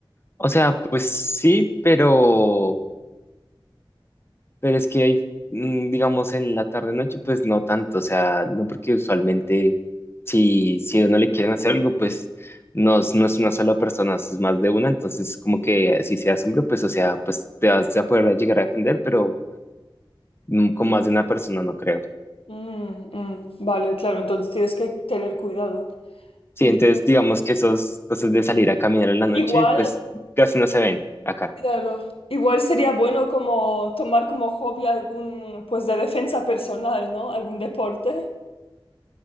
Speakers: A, on the left (about 25°); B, on the left (about 80°).
A: O sea, pues sí, pero Pero es que hay, mm, digamos, en la tarde-noche, pues no tanto, o sea, no porque usualmente si, si a uno le quieren hacer algo, pues no, es- no es una sola persona, es más de una, entonces como que si seas hombre, pues o sea, pues te vas a poder llegar a defender, pero mm, con más de una persona no creo.
B: Mm, mm, vale, claro, entonces tienes que tener cuidado.
A: Sí,
B: Entonces,
A: entonces digamos que esas cosas de salir a caminar en la noche,
B: igual,
A: pues casi no se ven acá.
B: claro, igual sería bueno como tomar como hobby algún, pues de defensa personal, ¿no? Algún deporte.